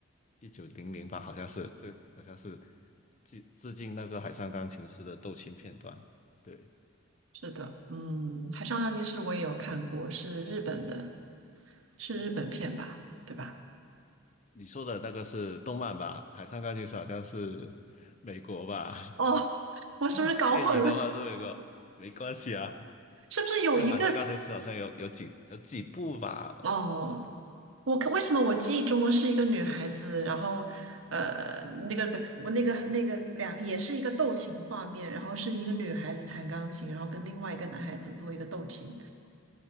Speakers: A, on the left; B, on the right.
A: 一九零零吧，好像是，这好像是致致敬那个海上钢琴师的斗琴片段。对，
B: 是的，嗯，《海上钢琴师》我也有看过，是日本的，是日本片吧？对吧？
A: 你说的那个是动漫吧？海上钢琴师好像是美国吧？
B: 哦，
A: <laughs>
B: 我是不是搞混了？
A: 电影的话是美国，没关系啊，
B: <laughs> 是不是有一个？
A: 因为海上钢琴师好像有有几有几部吧，
B: 哦，我看为什么我记忆中是一个女孩子，然后呃，那个不，我那个那个两也是一个斗琴画面，然后是一个女孩子弹钢琴，然后跟另外一个男孩子做一个斗琴。